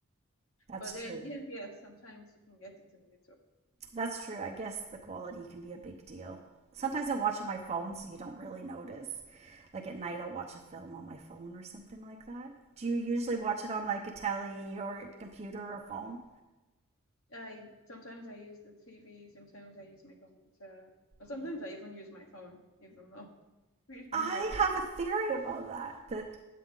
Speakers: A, on the right (about 30°); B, on the left (about 70°).
A: That's
B: But
A: true.
B: then yeah, yeah. Sometimes you can get it on YouTube.
A: That's true. I guess the quality
B: Mm.
A: can be a big deal. Sometimes I watch on my phone so you don't really notice. Like at night I'll watch a film on my phone or something like that. Do you usually watch it on like a telly or a computer or phone?
B: I sometimes I use the TV, sometimes I use my computer, or sometimes
A: Yeah.
B: I even use my phone, even more. <laughs> Freaking
A: I
B: hell.
A: have a theory about that. That